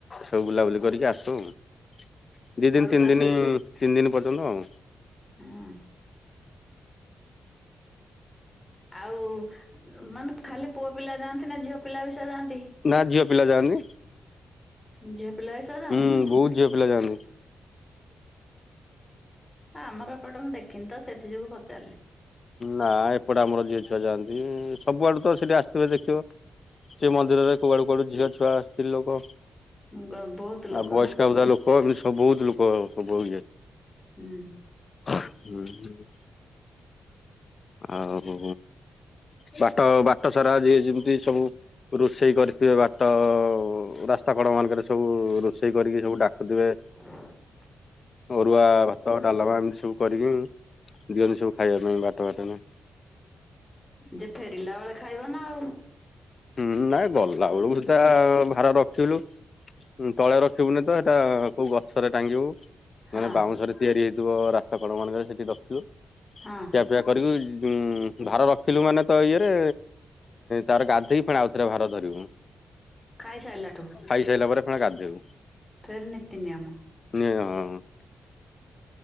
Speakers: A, on the left; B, on the left.
A: ସବୁ ବୁଲାବୁଲି କରିକି ଆସ ଆ ଦି
B: ଘରକୁ
A: ଦିନ ତିନି
B: ଆସିଲେ
A: ଦିନ ତିନି ଦିନ ପର୍ଯ୍ୟନ୍ତ ଆଉ
B: ହଁ ଆଉ ମାନେ ଖାଲି ପୁଅ ପିଲା ଯାଆନ୍ତି ନା ଝିଅ ପିଲା ବି ସେୟ ଯାଆନ୍ତି।
A: ନା ଝିଅ ପିଲା ଯାଆନ୍ତି।
B: ଯେ ପିଲା ସହ ଯାଆନ୍ତି?
A: ହୁଁ ବହୁତ ଝିଅ ପିଲା ଯାଆନ୍ତି।
B: ଆ ଆମର ଏପଟେ ମୁଁ ଦେଖିନି ତ ସେଥି ଯୋଗୁ ପଚାରିଲି
A: ନା ଏପଟେ ଆମର ଝିଅ ଛୁଆ ଯାଆନ୍ତି ସବୁଆଡେ ତ ସେଠି ଆସିଥିବେ ଦେଖିବ। ସେ ମନ୍ଦିରରେ କୁଆଡ଼ୁ କୁଆଡ଼ୁ ଝିଅ ଛୁଆ ଆସିଥିଲେ ଲୋକ
B: ଗ ବହୁତ ଲୋକ
A: ଆଉ ବୟସ୍କା
B: ନା
A: ବଧା ଲୋକ ଏମିତି ବହୁତ ଲୋକ ସବୁ
B: ହୁଁ
A: ହୁଁ ହଁ ଆଉ ବାଟ ବାଟ ସାରା ଯିଏ ଯେମିତି ସବୁ ରୋଷେଇ କରିଥିବେ ବାଟ ରାସ୍ତା କଡ ମାନଙ୍କରେ ସବୁ ରୋଷେଇ କରିକି ସବୁ ଡାକୁଥିବେ।
B: ହଁ
A: ଅରୁଆ ଭାତ ଡାଲମା ଏମିତି ସବୁ କରିକି ଦିଅନ୍ତି ସବୁ ଖାଇବା ପାଇଁ ବାଟ ବାଟ ନ
B: ଯେ ଫେରିଲା ବେଳେ ଖାଇବ ନା ଆଉ
A: ହୁଁ ନାଇଁ ଗଲା ବେଳକୁ ସିଧା ଭାରା ରଖିଥିଲୁ। ତଳେ ରଖିବୁନି ତ ଏଇଟା କୋଉ ଗଛରେ ଟାଙ୍ଗିବୁ
B: ହଁ
A: ମାନେ ବାଉଁଶରେ ତିଆରି ହେଇଥିବ ରାସ୍ତା କଡ ମାନଙ୍କରେ ସେଠି ରଖିଥିବ
B: ହଁ
A: ସେ କରିକି ଭାର ରଖିଲୁ ମାନେ ତ ଇଏରେ ତାର ଗାଧେଇ ଆଉଥରେ ଭାର ଧରିବୁ।
B: ଖାଇସାରିଲାଠୁ
A: ଖାଇସାରିଲା ପରେ ଫେଣି ଗାଧେବୁ
B: ଫେରିନେତିନି ଆମ
A: ନ ହଁ